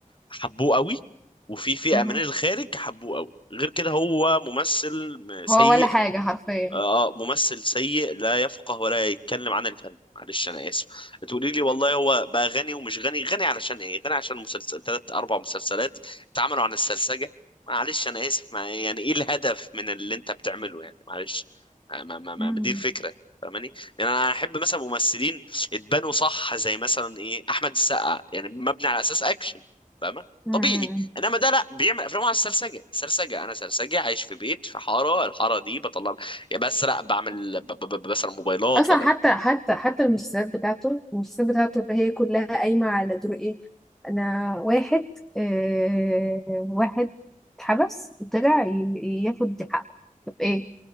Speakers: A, on the left (about 35°); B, in the centre.
A: حبوه قوي وفي فئة
B: مهم.
A: من الخارج حبوه قوي غير كده هو ممثل م- سيء
B: هو ولا حاجة حرفيا
A: آه آه، ممثل سيء لا يفقه ولا يتكلم عن الفن معلش انا اسف هتقولي لي والله هو بقى غني ومش غني غني علشان ايه غني عشان مسلسل ثلاث اربع مسلسلات اتعملوا عن السرسجة معلش انا اسف ما يعني ايه الهدف من اللي انت بتعمله يعني معلش ما ما ما
B: مم.
A: دي الفكرة فاهماني يعني انا احب مثلا ممثلين اتبنوا صح زي مثلا ايه احمد السقا يعني مبني على اساس اكشن فاهمه
B: مم.
A: طبيعي انما ده لا بيعمل افلام على السرسجه سرسجه انا سرسجه عايش في بيت في حاره الحاره دي بطلع يا بسرق بعمل ب- ب- ب- بسرق موبايلات
B: أصلا
A: ولا
B: حتى حتى حتى المسلسلات بتاعته المسلسلات بتاعته اللي هي كلها قايمة على دور إيه أنا واحد آه واحد اتحبس وطلع ي- ياخد حقه طب إيه